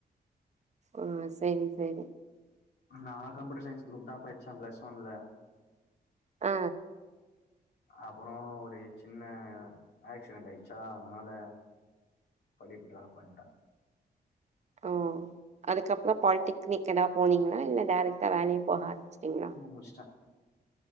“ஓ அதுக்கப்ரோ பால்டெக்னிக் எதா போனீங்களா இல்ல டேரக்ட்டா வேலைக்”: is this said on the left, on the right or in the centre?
Right